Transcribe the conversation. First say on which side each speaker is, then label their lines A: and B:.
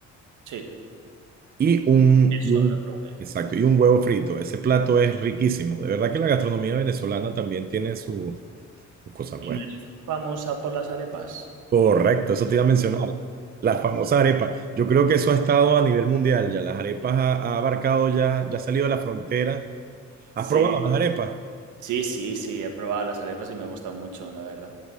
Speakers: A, on the right; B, on the right.
A: Sí,
B: y un,
A: eso
B: y un-
A: lo he probado yo.
B: exacto, y un huevo frito. Ese plato es riquísimo. De verdad que la gastronomía venezolana también tiene su- sus cosas
A: ¿Y
B: buenas.
A: no es famosa por las arepas?
B: Correcto, eso te iba a mencionar. Las famosas arepas. Yo creo que eso ha estado a nivel mundial ya. Las arepas ha, ha abarcado ya, ya ha salido de la frontera. ¿Has
A: Sí.
B: probado las arepas?
A: Sí, sí, sí, he probado las arepas y me gustan mucho, la verdad.